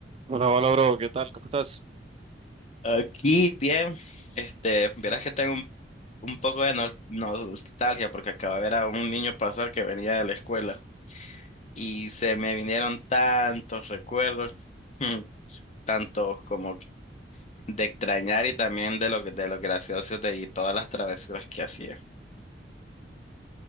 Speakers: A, on the right; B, on the left.
A: Hola, hola, bro, ¿qué tal? ¿Cómo estás?
B: Aquí bien, este, verás que tengo un, un poco de nos- nostalgia porque acabo de ver a un niño pasar que venía de la escuela y se me vinieron tantos recuerdos, <laughs> tantos como de extrañar y también de lo que- de los graciosos de y todas las travesuras que hacía.